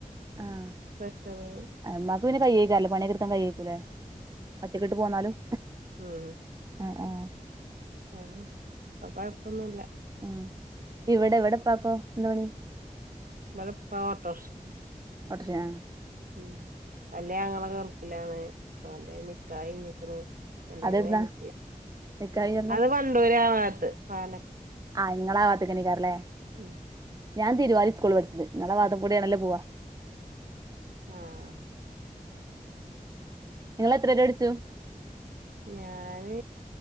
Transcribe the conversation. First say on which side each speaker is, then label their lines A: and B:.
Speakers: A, on the right (about 25°); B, on the right (about 75°).
A: ആഹ
B: പ്രഷറ്
A: അമ്മാക്ക് പിന്നെ കയ്യേക്കാല്ലോ പണിയ കിർക്കാൻ കയേക്കൂല്ലേ ഒറ്റക്കെട്ട് പോന്നാലും
B: ഉം
A: ആഹ
B: ആഹ അപ്പ കൊഴപ്പൊന്നുമല്ല
A: ആഹ് ഇവിടെ എവിടെ ഉപ്പാക്കോ എന്ത് മണി
B: ഇവിടെ ഉപ്പാ ഓട്ടോറിക്ഷ
A: ഓട്ടോറിക്ഷ ആ
B: ഉ അല്ലേ ഞങ്ങളെ ഗൾഫിൽലാണ് പോന്റെ നിക്കായിഞ്ഞിക്കന്ന് അട്ട
A: അതെവിടുന്നാ നിക്കാഹ് കഴിഞ്ഞെവിടുന്നാ
B: അത് വണ്ടൂര് ആത്ത് പാല-
A: ആഹ് നിങ്ങളാവാത്ത കനിക്കാറല്ലേ
B: ഉം
A: ഞാൻ തീരുവാലി സ്കൂൾ പഠിച്ചത് നല്ല ഭാഗത്ത്‌ കൂടിയ നല്ല പോവാ
B: ആഹ
A: നിങ്ങൾ എത്ര രൂപക്ക് അടിച്ചു
B: ഞാന്